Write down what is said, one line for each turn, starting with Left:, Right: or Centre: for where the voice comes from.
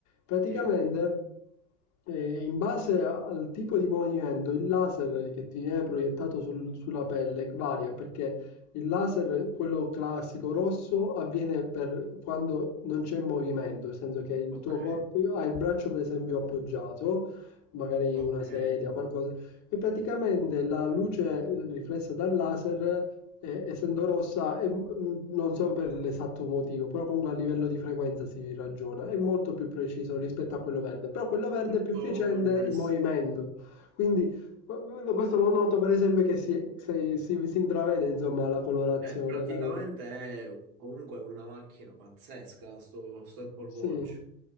Left: Praticamente,
Right: sì,
Left: eh, in base a- al tipo di movimento, il laser che ti viene proiettato sul- sulla pelle varia perché il laser, quello classico rosso, avviene per quando non c'è movimento, nel senso che il
Right: ok,
Left: tuo corpo ha il braccio per esempio appoggiato magari
Right: ok.
Left: una sedia o qualcosa e praticamente la luce eh, riflessa dal laser, eh, essendo rossa, è m- non so per l'esatto motivo, però comunque a livello di frequenza si ragiona, è molto più preciso rispetto a quello verde, però quello verde
Right: Molto
Left: è più efficiente
Right: interessante.
Left: in movimento, quindi qu- questo lo noto per esempio che si, se- si- si intravede insomma la colorazione
Right: Cioè, praticamente
Left: dal...
Right: è comunque una macchina pazzesca, sto, sto Apple
Left: Sì.
Right: Watch.